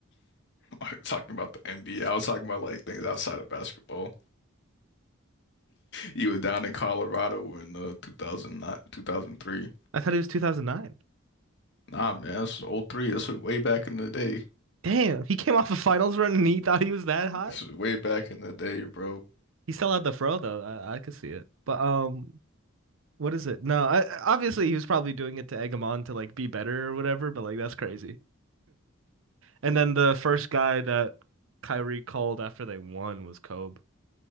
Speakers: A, on the left; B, on the right.
A: <laughs> Talking about the NBA, I was talking about like things outside of basketball. You was down in Colorado in uh, 2009, 2003.
B: I thought it was 2009.
A: Nah, man, that's oh 03. That's way back in the day.
B: Damn, he came off a finals run and he thought he was that hot.
A: This is way back in the day, bro.
B: He still had the fro though. I, I could see it. But um, what is it? No, I, obviously he was probably doing it to egg him on to like be better or whatever. But like that's crazy. <laughs> And then the first guy that Kyrie called after they won was Kobe.